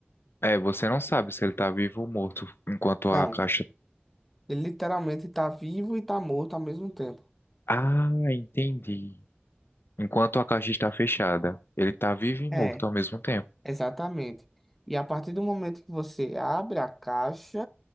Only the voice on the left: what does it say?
É, você não sabe se ele tá vivo ou morto enquanto
a caixa.
Ah, entendi. Enquanto a caixa está fechada, ele tá vivo e morto
ao mesmo tempo.